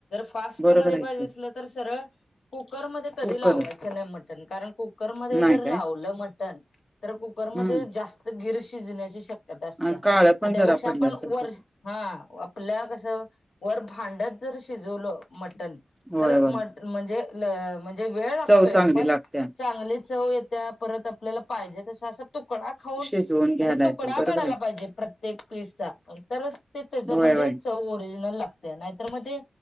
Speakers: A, on the left; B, in the centre.
A: फास्ट
B: बरोबर
A: मध्ये
B: आहे
A: पाहजे
B: की
A: असलं तर सरळ कुकरमध्ये कधी
B: कुकर
A: लावायचं नाही मटन कारण कुकरमध्ये
B: नाही
A: जर
B: काय
A: लावलं मटण तर कु कुकर मध्ये
B: हम्म
A: जास्त गिर शिजण्याची शक्यता असतीया,
B: आणि काळं पण
A: म त्यापेक्षा
B: जरा पडल्यासारखं
A: आपण वर हा आपल्या कस वर भांड्यात जर शिजवलं मटण
B: होय
A: तर
B: होय
A: म म्हणजे म्हणजे वेळ लागतोय
B: चव चांगली
A: पण
B: लागत्या.
A: चांगली चव येत्या परत आपल्याला पाहिजे तसं असं तुकडा खाऊन
B: शिजवून घ्यायला
A: म्हणजे तुकडा
B: येतय बरोबर
A: पडायला
B: आहे की.
A: पाहिजे प्रत्येक पीसचा तरंच ते त्याच म्हणजे
B: होय होय.
A: चव ओरिजिनल लागत्या नाहीतर मग ते